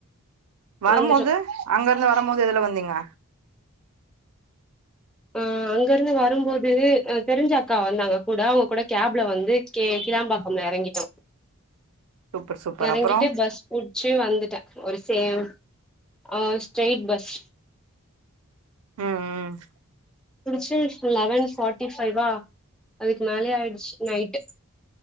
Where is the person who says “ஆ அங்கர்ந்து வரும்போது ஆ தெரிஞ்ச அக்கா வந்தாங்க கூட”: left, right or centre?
Centre